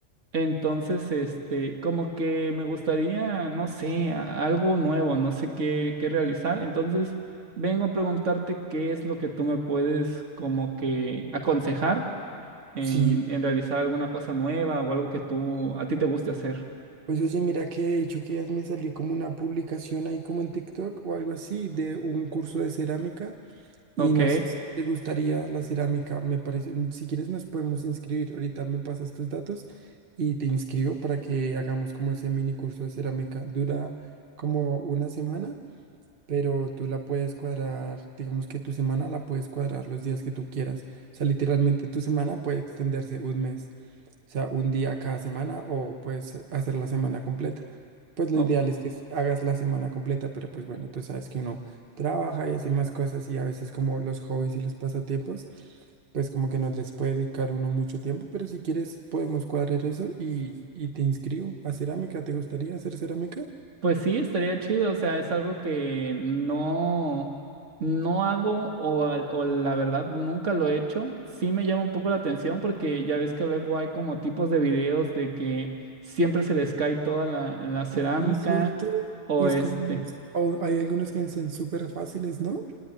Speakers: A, on the right; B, on the right.
A: entonces este, como que me gustaría, no sé, a- algo nuevo, no sé qué, qué realizar, entonces vengo a preguntarte qué es lo que tú me puedes como que aconsejar en,
B: Sí,
A: en realizar alguna cosa nueva o algo que tú a ti te guste hacer.
B: pues oye, mira que de hecho que ya me salió como una publicación ahí como en TikTok o algo así de un curso de cerámica y
A: Ok,
B: no sé si te gustaría la cerámica, me parece, mm, si quieres nos podemos inscribir, ahorita me pasas tus datos y te inscribo para que hagamos como ese mini curso de cerámica. Dura como una semana. pero tú la puedes cuadrar, digamos que tu semana la puedes cuadrar los días que tú quieras. O sea, literalmente tu semana puede extenderse un mes, o sea, un día cada semana o puedes hacer la semana completa. Pues lo
A: o-
B: ideal es que s- hagas la semana completa, pero pues bueno, tú sabes que uno trabaja y hace más cosas y a veces como los hobbies y los pasatiempos, pues como que no les puede dedicar uno mucho tiempo, pero si quieres podemos cuadrar eso y, y te inscribo a cerámica. ¿Te gustaría hacer cerámica?
A: pues sí, estaría chido, o sea, es algo que no, no hago o, al- o la verdad nunca lo he hecho. Sí me llama un poco la atención porque ya ves que luego hay como tipos de videos de que siempre se les cae toda la, la cerámica
B: Y Sí, cierto.
A: o
B: Y es
A: este.
B: como, o hay algunos que son súper fáciles, ¿no?